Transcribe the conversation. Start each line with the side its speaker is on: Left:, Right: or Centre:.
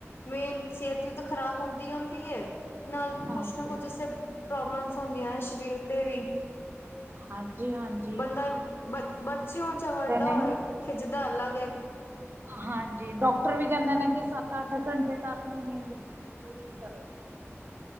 Left: ਮੇਨ ਸਿਹਤ ਵੀ ਤਾਂ ਖ਼ਰਾਬ ਹੁੰਦੀ-ਹੁੰਦੀ ਏ। ਨਾਲ
Right: ਹਾਂਜੀ
Left: ਕੁਛ ਨਾ ਕੁਝ ਜਿਸ ਤਰ੍ਹਾਂ ਪ੍ਰੋਬਲਮਸ ਹੁੰਦੀਆਂ ਨੇ ਸਰੀਰ ਤੇ ਵੀ
Right: ਹਾਂਜੀ-ਹਾਂਜ
Left: ਬੰਦਾ ਬ ਬੱਚੀ ਹੋਣ ਚਾਹੇ ਵੱਡਾ
Right: ਨੇ
Left: ਹੋਏ ਖਿਝਦਾ ਅਲੱਗ ਏ।
Right: ਹਾਂਜੀ ਡਾਕਟਰ ਵੀ ਕੈਂਦੇ ਨੇ ਕਿ ਸੱਤ-ਅੱਠ ਘੰਟੇ ਤਾਂ ਆਪਣੀ ਨੀਂਦ ਤੁਸੀਂ ਪੂਰੀ ਕਰੋ।